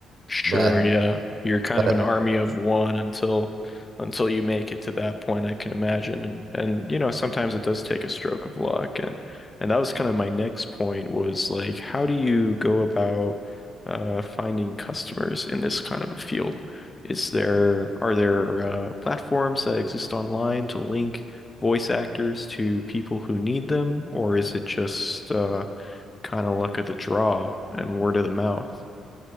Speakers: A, on the left (about 25°); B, on the right (about 45°).
A: Sure,
B: But
A: yeah. You're kind
B: but
A: of
B: uh,
A: an army of one until until you make it to that point, I can imagine. And and you know, sometimes it does take a stroke of luck. And and that was kind of my next point was like, how do you go about uh finding customers in this kind of a field? Is there are there uh platforms that exist online to link voice actors to people who need them, or is it just uh kind of luck of the draw and word of the mouth?